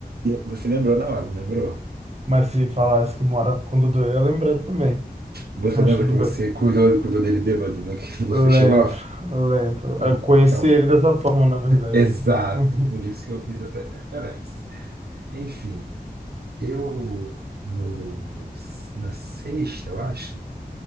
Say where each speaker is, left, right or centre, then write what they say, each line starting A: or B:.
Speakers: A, on the right (about 75°); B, on the right (about 40°).
A: Você lembrou na hora, não lembrou?
B: Mas se falasse que morava com Dudu, eu ia lembrar também.
A: Você
B: Mas
A: lembra
B: tudo
A: que você
B: bem.
A: cuidou, cuidou dele bêbado no, no
B: Lembro,
A: festival?
B: lembro.
A: Então,
B: Eu conheci
A: então,
B: ele dessa forma, na verdade.
A: exato,
B: Uhum,
A: por isso que eu fiz essa referência. Enfim, eu no, na sexta, eu acho,